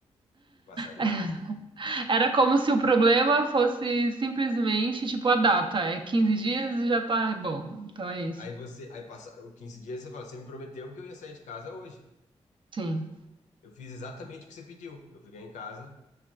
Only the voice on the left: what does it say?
um
em 15 dias.
Aí você, aí passaram 15 dias e você fala, você me prometeu que eu ia sair de casa hoje.
Eu fiz exatamente o que você pediu. Eu fiquei em casa